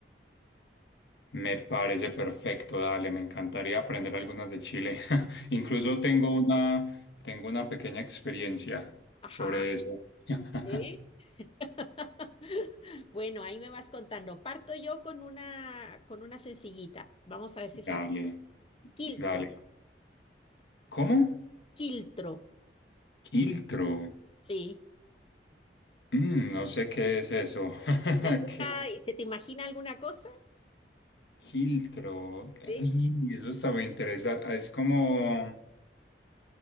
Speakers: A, on the left; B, on the left.
A: Me parece perfecto, dale. Me encantaría aprender algunas de Chile. <laughs> Incluso tengo una, tengo una pequeña experiencia
B: Ajá.
A: sobre eso. <laughs>
B: Sí. <laughs> Bueno, ahí me vas contando. Parto yo con una, con una sencillita. Vamos a ver si sabes.
A: Dale,
B: Quiltro,
A: dale. ¿Cómo?
B: quiltro,
A: Quiltro.
B: sí.
A: Mm, no sé qué es eso. <laughs>
B: ¿Y alguna-
A: ¿Qué?
B: y se te imagina alguna cosa?
A: Quiltro.
B: Sí.
A: Ay, eso está muy interesante. Ah, Es como...